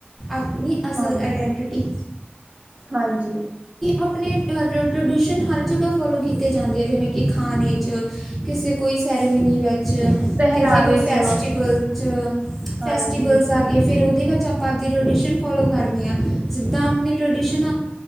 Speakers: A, in the centre; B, on the right.
A: ਆਪਣੀ ਅਸਲ
B: ਹਾਂਜੀ
A: ਐਡੰਟਿਟੀ
B: ਹਾਂਜੀ।
A: ਆਪਣੇ ਟ-ਟ-ਟ੍ਰਡੀਸ਼ਨ ਹਰ ਜਗ੍ਹਾ ਫੋਲੋ ਕੀਤੇ ਜਾਂਦੇ ਐ, ਜੈਵੇਂ ਕਿ ਖਾਣੇ 'ਚ ਕਿਸੇ ਕੋਈ ਸੈਰੇਮਨੀ ਵੈਚ
B: ਪਹਿਰਾਵੇ
A: ਕਿਸੇ ਕੋਈ ਫੈਸਟੀਵਲ
B: 'ਚ
A: 'ਚ।
B: ਹਾਂਜੀ
A: ਫੈਸਟੀਵਲਸ ਆਗੇ, ਫੇਰ ਓਹਦੇ ਵੇੱਚ ਆਪਾਂ ਆਗੇ ਟ੍ਰੈਡੀਸ਼ਨ ਫੋਲੋ ਕਰਦੇ ਆਂ, ਜਿੱਦਾਂ ਅਪਣੀ ਟ੍ਰੈਡੀਸ਼ਨ